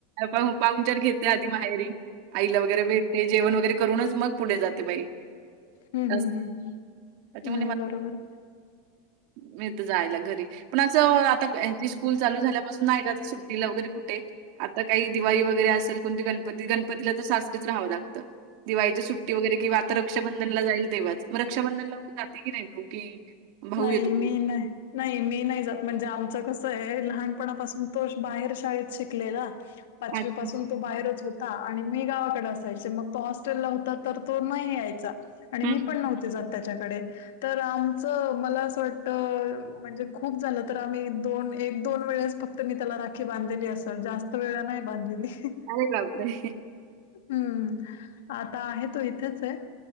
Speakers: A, on the right (about 60°); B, on the left (about 80°).
A: पा पाहनचार घेते आधी माहेरी आईला वगैरे भेटते, जेवण वगैरे करूनच मग पुढे जाते बाई.
B: हं,
A: अ
B: हं, हं, हं.
A: पत
B: नाही
A: मुली म
B: बरोबर.
A: <unintelligible> जायला घरी, पण असं आता ह्याची स्कूल चालू झाल्यापासून नाय ग असं सुट्टीला वगैरे कुठे आता काही दिवाळी वगैरे असेल, कोणती गणपती गणपतीला तर साासरीच राहावं लागतं. दिवाळीची सुट्टी वगैरे किंवा आता रक्षांधनला जाईल तेव्हाच, मग रक्षाबंधनला वगैरे जाते की नाही तू की भाऊ
B: नाही
A: येतो?
B: मी नाही नाही मी नाही जात, म्हणजे आमचं कसं आहे लहानपणापासून तो बाहेर शाळेत शिकलेला पाचवीपसून
A: अच्छा.
B: तो बाहेरच होता, आणि मी गावाकडे असायचे मग तो हॉस्टेलला होता तर तो नाही यायचा. आणि
A: हं,
B: मी पण
A: हं.
B: नव्हते जात त्याच्याकडे, तर आमच मला असं वाटत म्हणजे खूप झालं तर, आम्ही दोन एक दोन वेळेस फक्त तर मी त्याला राखी बांधलेली असेल, जास्त वेळा नाही बांधलेली.
A: अरे बापरे.
B: हम्म, आता आहे तो इथेच आहे.